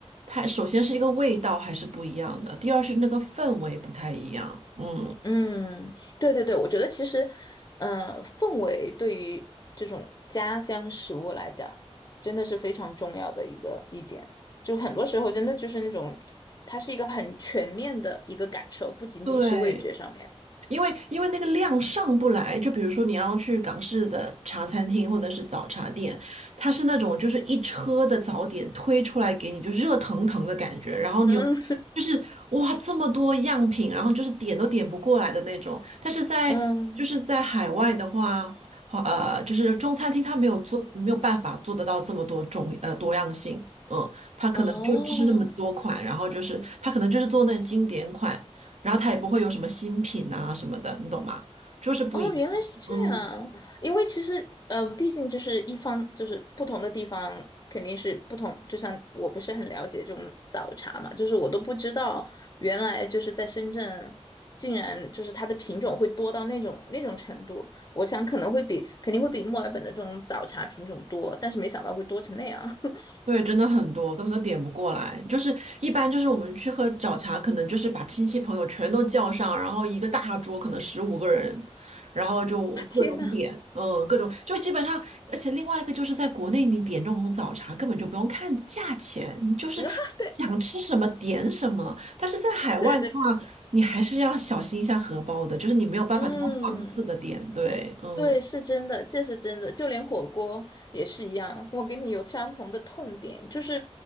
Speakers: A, on the right (about 80°); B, on the left (about 35°).
A: 它首先是一个味道还是不一样的，第二是那个氛围不太一样。嗯，
B: 嗯，对对对，我觉得其实，呃，氛围对于这种家乡食物来讲，真的是非常重要的一个一点。就很多时候真的就是那种，它是一个很全面的一个感受，不仅仅是味觉上面。
A: 对。因为因为那个量上不来，就比如说你要去港式的茶餐厅或者是早茶店，它是那种就是一车的早点推出来给你，就热腾腾的感觉，然后你有
B: 嗯
A: 就是哇这么多样品，然后就是点都点不过来的那种。但是在就是在海外的话，
B: <laughs> 嗯，
A: 呃，就是中餐厅它没有做没有办法做得到这么多种呃多样性，嗯，它可能就只是那么多款，
B: 哦。
A: 然后就是它可能就是做那经典款。然后它也不会有什么新品啊什么的，你懂吗？就是不一样。
B: 哦，原来是这样，
A: 嗯，
B: 因为其实呃，毕竟就是一方就是不同的地方肯定是不同，就像我不是很了解这种早茶嘛，就是我都不知道原来就是在深圳，竟然就是它的品种会多到那种那种程度，我想可能会比肯定会比墨尔本的这种早茶品种多，但是没想到会多成那样，<laughs>
A: 对，真的很多，根本都点不过来。就是一般就是我们去喝早茶，可能就是把亲戚朋友全都叫上，然后一个大桌可能十五个人，然后就各种点，
B: 啊天呐，
A: 嗯，各种就基本上，而且另外一个就是在国内你点这种早茶根本就不用看价钱，你就是想吃什么点什么。
B: <laughs> 啊
A: 但是在海外的话，
B: 对对对，
A: 你还是要小心一下荷包的，就是你没有办法那么放肆的点，
B: 嗯。
A: 对，嗯。
B: 对，是真的，这是真的，就连火锅也是一样。我跟你有相同的痛点，就是